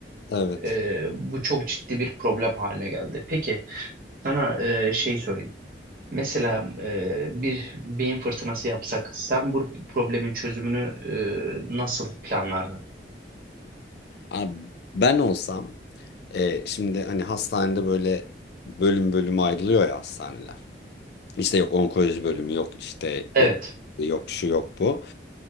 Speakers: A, on the left; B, on the right.
A: evet.
B: E, bu çok ciddi bir problem haline geldi. Peki sana e, şey sorayım. Mesela e, bir beyin fırtınası yapsak sen bu problemin çözümünü e, nasıl planlardın?
A: Abi ben olsam e, şimdi hani hastanede böyle bölüm bölüm ayrılıyor ya hastaneler. İşte yok onkoloji bölümü yok işte
B: Evet.
A: pediatri yok şu yok bu.